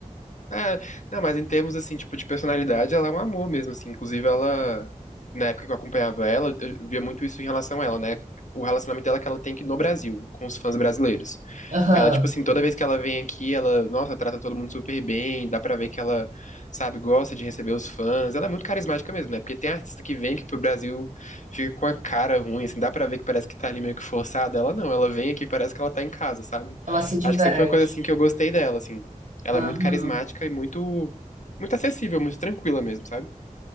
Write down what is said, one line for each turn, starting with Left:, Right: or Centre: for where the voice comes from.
Left: É, não, mas em termos, assim, tipo, de personalidade, ela é um amor mesmo, assim. Inclusive, ela, na época que eu acompanhava ela, eu eu via muito isso em relação a ela, né? O relacionamento dela é que ela tem aqui no Brasil, com os fãs brasileiros.
Right: Aham.
Left: Ela, tipo assim, toda vez que ela vem aqui, ela, nossa, trata todo mundo super bem, dá pra ver que ela, sabe, gosta de receber os fãs. Ela é muito carismática mesmo, né? Porque tem artista que vem aqui pro Brasil, fica com a cara ruim, assim, dá pra ver que parece que tá ali meio que forçada. Ela não, ela vem aqui, parece que ela tá em casa, sabe?
Right: Ela se diverte.
Left: Acho que sempre foi uma coisa, assim, que eu gostei dela, assim. Ela
Right: Aham.
Left: é muito carismática e muito, muito acessível, muito tranquila mesmo, sabe?